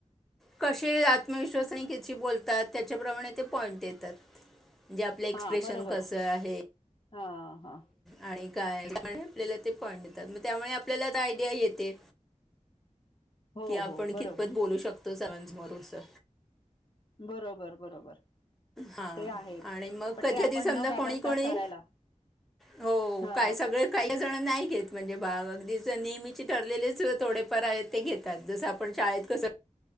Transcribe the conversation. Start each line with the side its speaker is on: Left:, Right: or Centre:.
Centre: कसे आत्मविश्वास आणि किती बोलतात त्याच्याप्रमाणे ते पॉइंट देतात. म्हणजे आपलं एक्स्प्रेशन
Left: हा बरोबर
Centre: कसं आहे
Left: हा हा.
Centre: आणि काय आपल्याला ते पॉईंट देतात मग त्यामुळे आपल्याला आयडिया येते
Left: हो
Centre: की आपण
Left: हो बरोबर
Centre: कितपत बोलू शकतो सरांन समोर असं.
Left: बरोबर, बरोबर.
Centre: हा
Left: ते आहेच
Centre: आणि मग
Left: पण
Centre: कधी,
Left: ते आपण
Centre: कधी समजा
Left: न घाबरता
Centre: कोणी, कोणी
Left: करायला
Centre: हो
Left: हा
Centre: काय सगळे काही जणं नाही घेत म्हणजे भाग अगदीच नेहमीची ठरलेलीच थोडेफार आहेत. ते घेतात जसं आपण शाळेत कसं